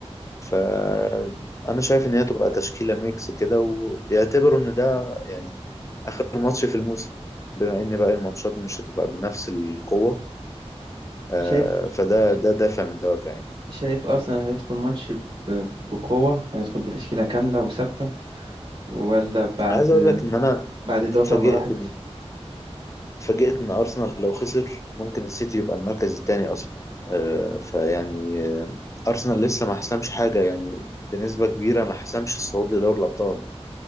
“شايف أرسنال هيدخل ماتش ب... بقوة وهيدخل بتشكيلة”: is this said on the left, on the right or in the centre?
Right